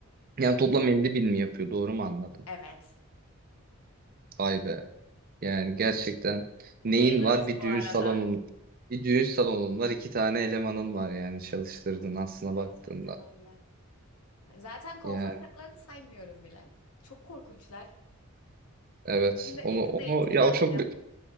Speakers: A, on the right (about 40°); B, on the left (about 85°).
A: Yani toplam 50 bin mi yapıyor? Doğru mu anladım?
B: Evet.
A: Vay be. Yani
B: Hani
A: gerçekten
B: bu
A: neyin
B: da en ucuzu
A: var? Bir
B: bu
A: düğün
B: arada.
A: salonun bir düğün salonun var, iki tane elemanın var yani çalıştırdın aslına
B: Gerçekten
A: baktığında.
B: öyle. Zaten kuaför
A: Yani
B: fiyatlarını saymıyorum bile. Çok korkunçlar.
A: evet.
B: Yakında
A: Onu
B: yakında
A: onu
B: eğitimini
A: ya
B: alacağım.
A: o çok